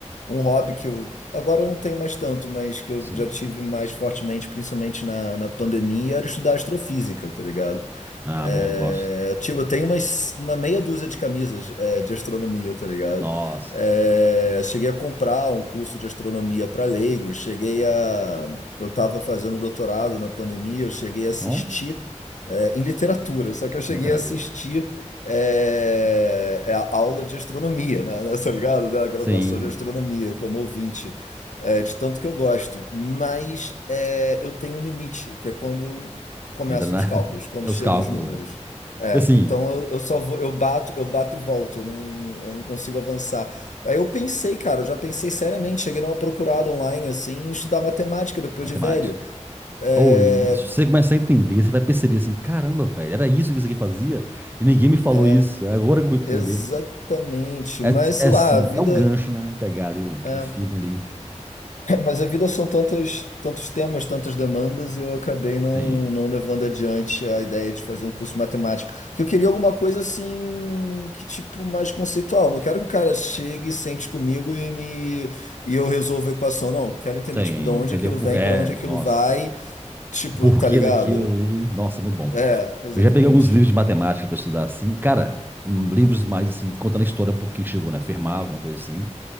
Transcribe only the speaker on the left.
um hobby que eu agora eu não tenho mais tanto, mas que eu
já tive mais fortemente, principalmente na, na pandemia, era estudar astrofísica, tá ligado?
É,
eu, tive- eu tenho umas, uma meia dúzia de camisas, é, de astronomia, tá ligado?
É, cheguei a comprar um curso de astronomia para leigos, cheguei a. Eu estava fazendo doutorado na pandemia, eu cheguei a assistir,
é, em literatura, só que eu cheguei
a assistir. é, é a aula de astronomia, né, né, tá ligado? Da graduação
de astronomia, como ouvinte, é, de tanto que eu gosto. Mas é, eu tenho um limite, que é quando começam
os
cálculos, quando
chegam
os números.
É,
então eu, eu só vou, eu bato, eu bato e volto, eu não, eu não consigo avançar. Aí eu pensei, cara, eu já pensei seriamente, cheguei numa procurada online, assim, em estudar matemática depois
de velho. É,
é,
exatamente,
mas sei
lá, a vida.
é,
Mas a vida são tantos, tantos temas, tantas demandas, e eu acabei não,
não levando adiante a ideia de fazer um curso de matemática. Porque eu queria alguma coisa assim, que tipo, mais conceitual. Não quero que o cara chegue e sente comigo e me e eu resolva a equação. Não, quero entender,
tipo, de onde
aquilo
vem,
para onde aquilo
vai. Tipo,
tá ligado?
É, exatamente.